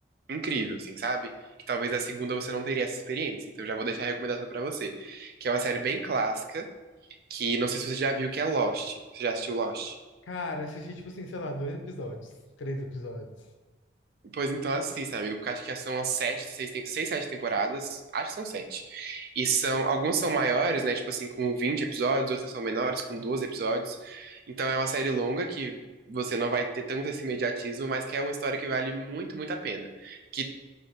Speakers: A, on the right; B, on the left.
A: incrível, assim, sabe? Que talvez a segunda você não teria essa experiência. Então, eu já vou deixar a recomendação pra você que é uma série bem clássica, que não sei se você já viu, que é Lost. Você já assistiu Lost?
B: Cara, eu assisti, tipo assim, sei lá, dois episódios, três episódios.
A: Pois então assista, amigo, porque acho que são as sete, seis, tem- seis, sete temporadas. Acho que são sete. E são, algumas são maiores, né? Tipo assim, com 20 episódios, outras são menores, com 12 episódios. Então é uma série longa que você não vai ter tanto esse imediatismo, mas que é uma história que vale muito, muito a pena. Que